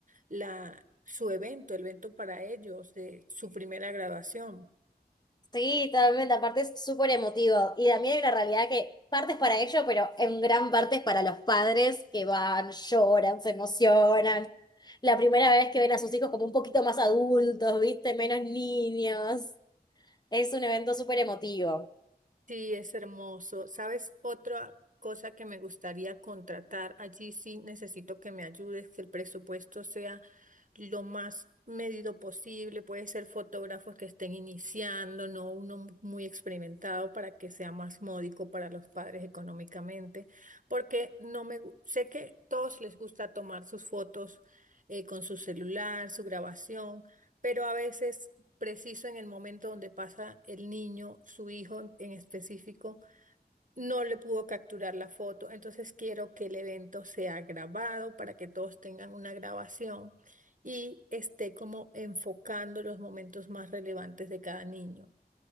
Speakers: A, on the right; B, on the left.
A: la, su evento, el evento para ellos, eh, su primera graduación.
B: Sí, totalmente, aparte es súper emotivo. Y también hay una realidad que parte es para ellos, pero en gran parte es para los padres que van, lloran, se emocionan. La primera vez que ven a sus hijos como un poquito más adultos, ¿viste? Menos niños. Es un evento súper emotivo.
A: Sí, es hermoso. ¿Sabes? Otra cosa que me gustaría contratar, allí sí necesito que me ayudes, que el presupuesto sea lo más medido posible. Puede ser fotógrafos que estén iniciando, no uno mu- muy experimentado para que sea más módico para los padres económicamente, porque no me gu- sé que todos les gusta tomar sus fotos eh, con su celular, su grabación, pero a veces preciso en el momento donde pasa el niño, su hijo en, en específico, no le pudo capturar la foto. Entonces quiero que el evento sea grabado para que todos tengan una grabación y esté como enfocando los momentos más relevantes de cada niño.